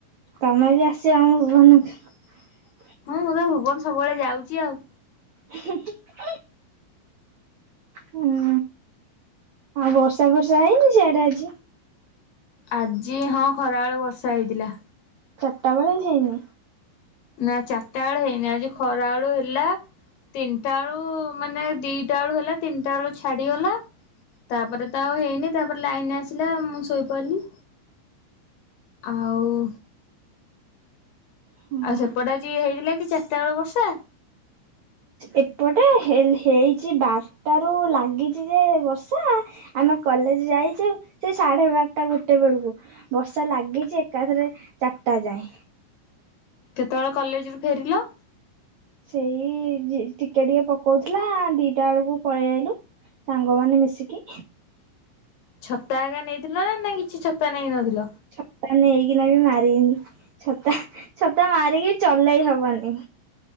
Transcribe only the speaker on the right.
ତମେ ବି ଆସିବ ଆମ ଭୁବନ କୁ।
ହୁ ହୁ ହୁ ହୁଁ ଆଉ ବର୍ଷା ବର୍ଷା ହେଇନି ସେଆଡା ଆଜି।
ଚାରିଟା ବେଳେ ହେଇନି।
ହଁ
ଏପଟେ ହେଲ ହେଇଛି ବାରଟା ରୁ ଲାଗିଛି ଯେ ବର୍ଷା। ଆମେ କଲେଜ ଯାଇଛୁ ସେ ସାଢେ ବାରଟା ଗୋଟେ ବେଳକୁ ବର୍ଷା ଲାଗିଛି ଏକାଥରେ। ଚାରିଟା ଯାଏ।
ସେଇ ଝି ଟିକେ ଟିକେ ପକଉଥିଲା ଦିଟା ବେଳକୁ ପଳେଇ ଆଇଲୁ ସାଙ୍ଗ ମାନେ ମିଶିକି।
ଛତା ନେଇଇକିନା ବି ମାରିନି ଛତା ଛତା ମାରିକି ଚଲେଇ ହବନି।